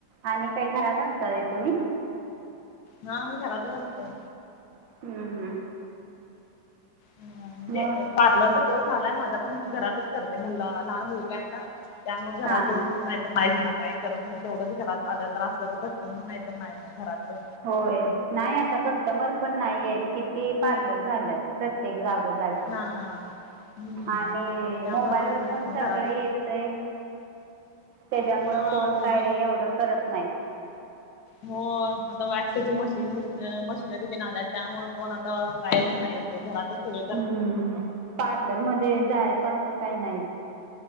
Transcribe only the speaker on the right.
आणि काय घरातं असतोय तुम्ही?
हम्म हम्म.
मग
हां
हां
होय नाही आता कस्टमर पण नाही आहेत किती पार्लर झाल्यातं. एक जागो जागी
आणि
मोबाईल
वर
पण
सगळं
येतं. ते त्याच्यामुळे
कोण
काय एवढं करत नाहीत.
हम्म पार्लर मध्ये जायचं असं काय नाही.